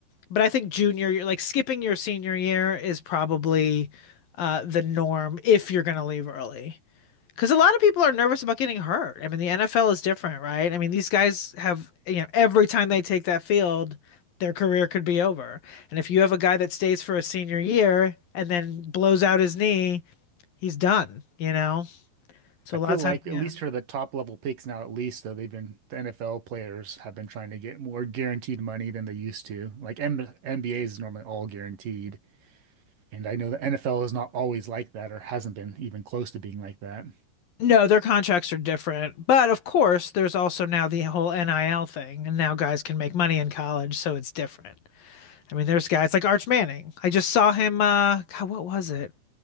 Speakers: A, on the left; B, on the right.
A: but I think junior year, like skipping your senior year is probably uh, the norm if you're going to leave early. Because a lot of people are nervous about getting hurt. I mean, the NFL is different, right? I mean, these guys have, you know, every time they take that field, their career could be over. And if you have a guy that stays for a senior year and then blows out his knee, he's done, you know? So
B: I
A: a
B: feel
A: lot of
B: like
A: times,
B: at
A: yeah.
B: least for the top level picks now, at least though they've been the NFL players have been trying to get more guaranteed money than they used to. Like M NBA is normally all guaranteed, and I know the NFL is not always like that or hasn't been even close to being like that.
A: No, their contracts are different. But of course, there's also now the whole NIL thing, and now guys can make money in college, so it's different. I mean, there's guys like Arch Manning. I just saw him uh God, what was it?